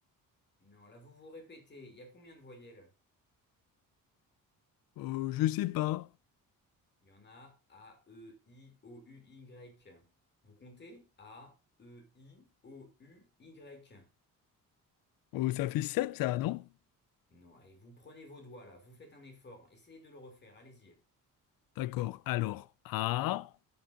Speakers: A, on the left (about 30°); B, on the left (about 75°).
A: Non, là, vous vous répétez. Il y a combien de voyelles?
B: euh, je sais pas.
A: Il y en a A, E, I, O, U, Y. Vous comptez A, E, I, O, U, Y.
B: Oh, ça fait sept ça, non?
A: Non, et vous prenez vos doigts là, vous faites un effort, essayez de le refaire, allez-y.
B: D'accord. Alors, A,